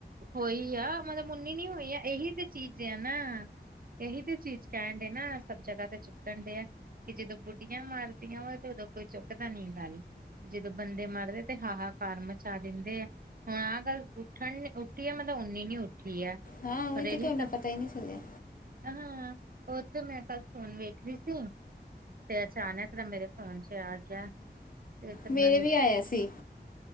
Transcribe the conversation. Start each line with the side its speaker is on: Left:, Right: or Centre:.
Right: ਹੋਈ ਆ ਮਤਲਬ ਉਨੀ ਨੀ ਹੋਈ ਆ ਇਹੀ ਤੇ ਚੀਜ਼ ਆ ਨਾ ਇਹੀ ਤੇ ਚੀਜ਼ ਕਹਿਣ ਦੇ ਨਾ ਸਭ ਜਗ੍ਹਾ ਤੇ ਚੁੱਕਣ ਦੇ ਆ ਕਿ ਜਦੋਂ ਬੁੱਡੀਆਂ ਮਾਰਦੀਆਂ ਵਾ ਤੇ ਉਦੋਂ ਕੋਈ ਚੁੱਕਦਾ ਨਹੀਂ ਗਲ ਜਦੋਂ ਬੰਦੇ ਮਰਦੇ ਤੇ ਹਾਹਾ ਕਾਰ ਮਚਾ ਦਿੰਦੇ ਆ ਹੁਣ ਆਹ ਗੱਲ ਉੱਠਣ ਉੱਠੀ ਆ ਮਤਲਬ ਓਨੀ ਨੀ ਉੱਠੀ ਆ
Left: ਹਾਂ ਉਵੇ
Right: ਔਰ
Left: ਤੇ
Right: ਇਹੀ
Left: ਕਿਓਨਾ
Right: ਸਭ
Left: ਪਤਾ ਹੀ ਨਹੀਂ ਸੁਣਿਆ
Right: ਹਾਂ ਉਹ ਤੇ ਮੈਂ ਕੱਲ ਫੋਨ ਵੇਖ ਰਹੀ ਸੀ ਤੇ ਅਚਾਨਕ ਤਾਂ ਮੇਰੇ ਫੋਨ ਚ ਆ ਗਿਆ ਤੇ ਫਿਰ
Left: ਮੇਰੇ
Right: ਮੈਂ
Left: ਵੀ ਆਇਆ ਸੀ